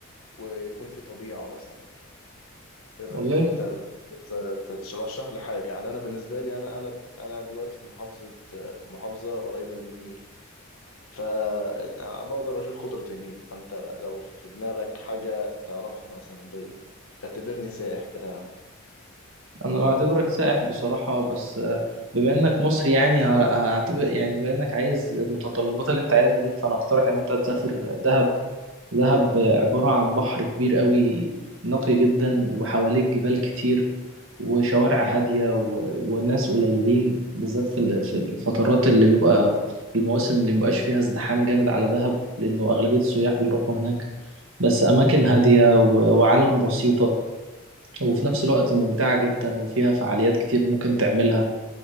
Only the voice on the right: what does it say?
والله
انا لو هعتبرك سائح بصراحة بس آه، بما انك مصري يعني ه- هعتبر يعني بما انك عايز المتطلبات اللي انت عايزها دي فانا اقترح ان انت تسافر دهب دهب عبارة عن بحر كبير قوي نقي جدا وحواليك جبال كتير وشوارع هادية و... وناس قليلين بالذات في ال- في الفترات اللي بيبقى المواسم اللي مبقاش فيها ازدحام جامد على دهب لأنه أغلبية السياح بيروحوا هناك بس أماكن هادية و... وعالم بسيطة وفي نفس الوقت ممتعة جدا وفيها فعاليات كتير ممكن تعملها